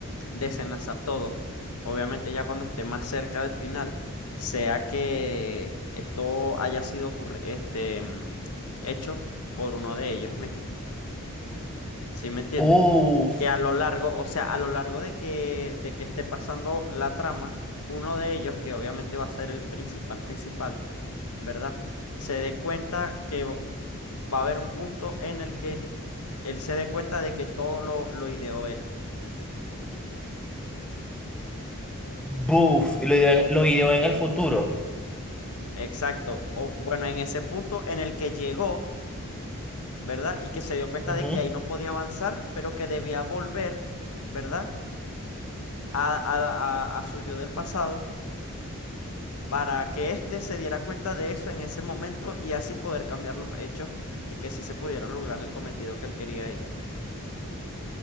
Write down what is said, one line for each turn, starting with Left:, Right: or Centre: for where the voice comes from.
Left: desenlazar todo, obviamente ya cuando esté más cerca del final, sea que esto haya sido ocurri- este, mm, hecho por uno de ellos mismos. ¿Sí me entiendes?
Centre: Uf,
Left: Que a lo largo, o sea, a lo largo de que, de que esté pasando la trama, uno de ellos, que obviamente va a ser el principal principal, ¿verdad? Se dé cuenta que v- va a haber un punto en el que él se dé cuenta de que todo lo, lo ideó él.
Centre: buf, y lo ideó, lo ideó en el futuro.
Left: Exacto. O bueno, en ese punto en el que llegó, ¿verdad? Y que se dio cuenta
Centre: Ujú.
Left: de que ahí no podía avanzar, pero que debía volver, ¿verdad? A, a, a, a su yo del pasado para que éste se diera cuenta de eso en ese momento y así poder cambiar los hechos y que sí se pudiera lograr el cometido que él quería ahí.